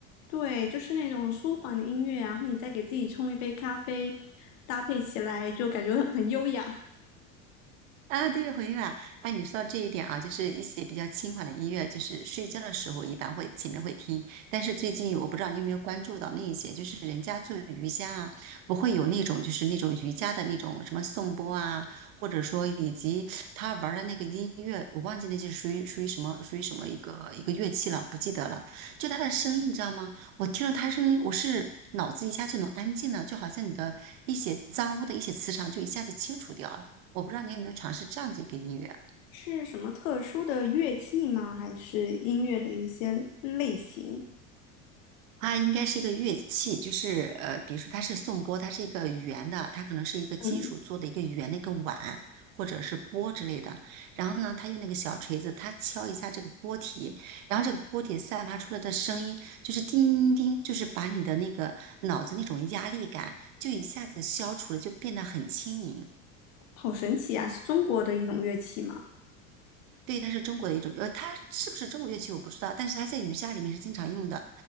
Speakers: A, on the left; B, on the right.
A: 对，就是那种舒缓的音乐啊然后你再给自己冲一杯咖啡，搭配起来就感觉很很优雅。
B: 啊，对，回音啊，那你说到这一点啊，就是一些比较轻缓的音乐，就是睡觉的时候一般会前面会听，但是最近我不知道你有没有关注到那一些，就是人家做瑜伽啊，不会有那种就是那种瑜伽的那种什么颂钵啊，或者说以及他玩儿的那个音乐，我忘记那是属于属于什么属于什么一个一个乐器了，不记得了。就他的声音，你知道吗？我听了他声音，我是脑子一下就能安静了，就好像你的一些脏污的一些磁场就一下子清除掉了。我不知道你有没有尝试这样子一个音乐啊，
A: 是什么特殊的乐器吗？还是音乐的一些类型？
B: 它应该是一个乐器，就是呃，比如说它是颂钵，它是一个圆的，它可能是一个金属做的一个圆的一个碗
A: 嗯，
B: 或者是钵之类的。然后呢，它用那个小锤子，它敲一下这个钵体，然后这个钵体散发出来的声音就是叮叮叮，就是把你的那个脑子那种压力感就一下子消除了，就变得很轻盈。
A: 好神奇啊！是中国的一种乐器吗？
B: 对，它是中国的一种，呃，它是不是中国乐器我不知道，但是它在瑜伽里面是经常用的，